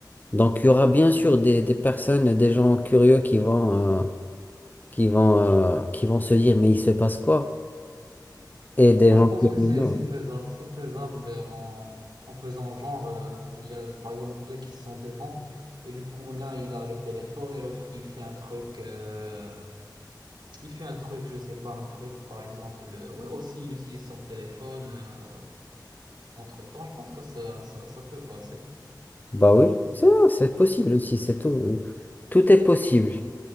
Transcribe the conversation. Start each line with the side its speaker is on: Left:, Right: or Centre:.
Left: Donc, il y aura bien sûr des, des personnes, des gens curieux qui vont, euh, qui vont, euh, qui vont se dire, mais il se passe quoi? Et des
Right: Moi,
Left: gens
Right: je pense
Left: curieux.
Right: que c'est
Left: hein.
Right: c'est faisable. C'est faisable en, en faisant genre, euh, il y a par exemple deux qui sont devant, et du coup, l'un, il a le téléphone, et l'autre, il fait un truc. euh, Il fait un truc, je sais pas, un truc, par exemple. euh, ouais, aussi, il utilise son téléphone euh, entre-temps. Je pense que ça, ça, ça peut passer.
Left: Bah oui, c'est c'est possible
Right: Hmm,
Left: aussi, c'est tout. euh, Tout est possible.